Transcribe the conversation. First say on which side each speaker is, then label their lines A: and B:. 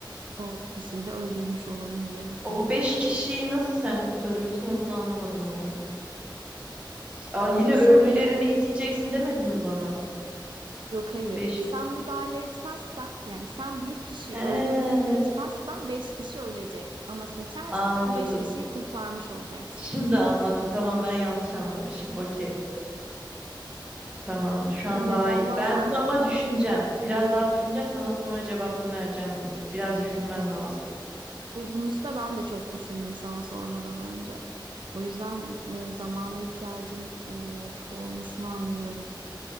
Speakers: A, on the right; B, on the right.
A: o kişiyi de öldürmüş olayım diye düşünürdüm.
B: O beş kişiyi nasıl sen kurtarıyorsun onu anlamadım ama. Aa,
A: Ee,
B: yine
A: şöyle,
B: ölmelerini izleyeceksin demedin mi bana?
A: yok hayır.
B: Beş.
A: Sen müdahale etmezsen, yani sen bir kişiyi
B: He,
A: öldürmeyi seçmezsen beş kişi ölecek. Ama seçersen
B: anladım.
A: o beş kişiyi kurtarmış olacaksın.
B: Şimdi anladım. Tamam ben yanlış anlamışım. Okey. Tamamdır. Şu
A: Yine
B: an daha
A: de ama
B: iyi. Ben
A: sen
B: bunu ama düşüneceğim. Biraz daha düşüneceğim. Sana sonra cevabını vereceğim bunun. Biraz düşünmem
A: evet,
B: lazım.
A: bu bunun üstüne ben de çok düşündüm sana sormadan önce. O yüzden e, zamana ihtiyacın e, olmasını anlıyorum.